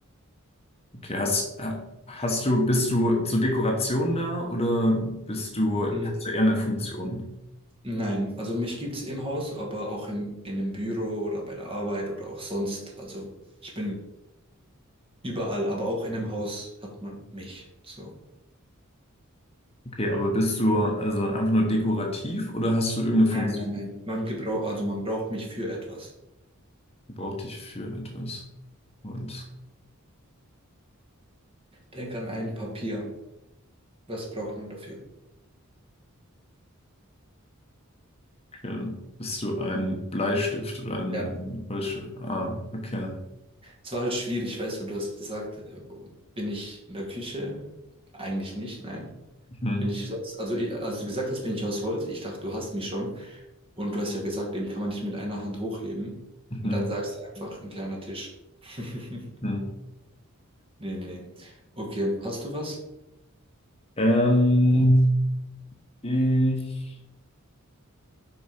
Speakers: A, on the left; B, on the right.
A: Okay, hast, ha- hast du, bist du zur Dekoration da oder bist du,
B: Mm,
A: hast du eher eine Funktion?
B: Nein, also mich gibt es im Haus, aber auch im, in dem Büro oder bei der Arbeit oder auch sonst. Also ich bin überall, aber auch in dem Haus hat man mich. So.
A: Okay, aber bist du also einfach nur dekorativ oder hast du irgendeine Funktion?
B: Nein, nein, nein. Man gebraucht, also man braucht mich für etwas.
A: Braucht dich für etwas? Und
B: Denk an ein Papier. Was braucht man dafür?
A: okay. Bist du ein Bleistift oder ein,
B: Ja,
A: ein Holzstift? Ah, okay.
B: es war halt schwierig, weißt du, du hast gesagt, äh, bin ich in der Küche? Eigentlich nicht, nein.
A: Mhm,
B: Bin ich sonst, also ich- als du gesagt hast, bin ich aus Holz, ich dachte, du hast mich schon. Und du hast ja gesagt, eben kann man nicht mit einer Hand hochheben.
A: mhm,
B: Und dann sagst du einfach, ein kleiner Tisch. <laughs>
A: mhm.
B: Nee, nee. Okay, hast du was?
A: Ähm, ich,